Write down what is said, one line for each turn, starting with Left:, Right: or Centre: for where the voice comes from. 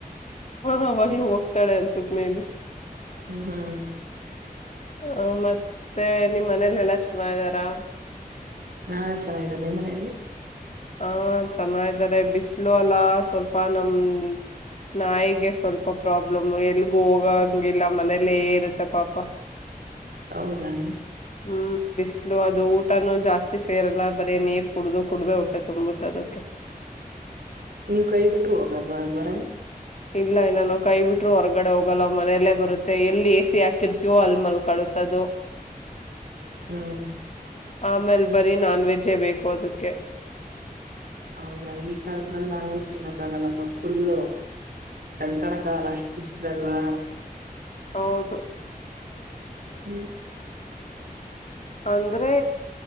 Left: ಹಾವಾಗ್ಲು ಹೋಗ್ತಾಳೆ ಅನ್ಸತ್ ಮೇ ಬಿ
Right: ಹ್ಮ್ ಹ್ಮ್
Left: ಹ ಮತ್ತೆ ನಿಮ್ಮ್ ಮನೇಲೆ ಎಲ್ಲಾ ಚೆನ್ನ ಇದ್ದಾರಾ
Right: ನಾ ಚೆನ್ನಾಗಿದ್ದ ನಿ ಮನೆಯಲ್ಲಿ
Left: ಹಾ ಚೆನ್ನಾರೆ ಬಿಸ್ಲು ಅಲ್ಲ ಸ್ವಲ್ಪ ನಮ ನಾಯಿಗೆ ಸ್ವಲ್ಪ ಪ್ರಾಬ್ಲಮ್ ಎಲ್ಗ ಹೋಗಂಗಿಲ್ಲ ಮನೇಲ್ಲೇ ಇರುತ್ತೆ ಪಾಪ
Right: ಹೌದಾ
Left: ಹ್ಮ್ ಬಿಸಿ್ಲು ಅದು ಊಟನುೂ ಜಾಸ್ತಿ ಸೇರಲ್ಲ ಬರೀ ನೀರ್ ಕುಡ್ದು ಕುಡ್ದಟ ಮ ತುಂಬುತ್ತ ಅದಕ್ಕೆ
Right: ನೀವು್ ಕೈ ಬಿಟ್ರು ಹೋಗಲ್ವಾ ಅದ್ರ
Left: ಇಲ್ಲ ಇಲ್ಲ ನಾವು ಕೈ ಬಿಟ್ರರು ಹೊರ್ಗಡೆ ಹೋಗಲ್ಲ ಮನೆಯಲ್ಲೇ ಬರುತ್ತೆ ಎಲ್ಲಿ ಎ ಸಿಿ ಹಾಕಿರ್ತೀವೋ ಅಲ್ ಮಲ್ಕಳುತ್ತ ತದು
Right: ಹ್ಮ್
Left: ಆಮೇಲ್ ಬರೀ ನಾನ್ ವೆಜ್ಜೇ ಬೇಕು ಅದಕ್ಕೆ
Right: ಹೌದಾ ಈಗಾದ್ಮೇಲ್ ನಾವಯಸ್ಿನಕ್ಕ ಆಗಲ್ಲಪ್ಪ ಫುಲ್ಲ ತಡ್ಕಣಕಲ್ಲ ಅಷ್ಟು ಇಿಸ್ರಲ್ವಾ
Left: ಹೌದು
Right: ಹ್ಮ್
Left: ಅಂದ್ರೆ